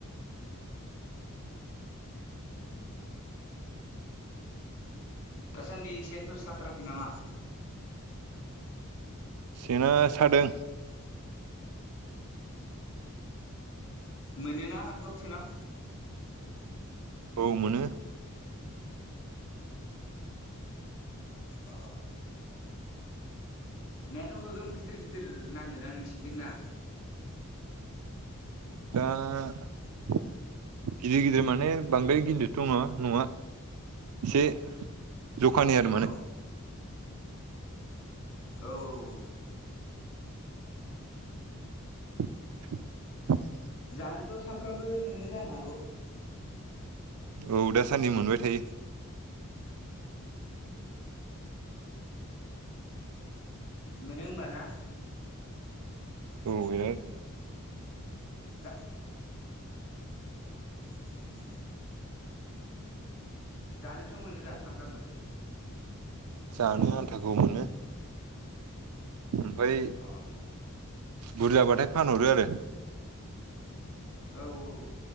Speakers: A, on the left (about 65°); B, on the right (about 80°).
A: दासान्दि सेनफोर साथाराखै नामा?
B: सेना सादों।
A: मोनोना नाखौ सेनाव?
B: औ मोनो।
A: ओ। नायाथ' गोगोम गिदिर गिदिर नाङोदां नोंसिनिजों ना?
B: दा गिदिर गिदिर माने बांद्राय गिदिरथ' नङा नङा एसे जखानि आरो
A: अ
B: माने।
A: औ औ
B: <unintelligible>
A: जानोथ' सानफ्रामबो मोनो जानो हागौ
B: औ दासान्दि मोनबाय थायो।
A: मोनो होमब ना?
B: औ बे।
A: दा। ह। जानोथ' मोनो दा सामफ्रामबो?
B: जानो आन्थाखौ मोनो। ओमफ्राय
A: अ
B: बुरजा बाथाय फानहरो आरो।
A: औ औ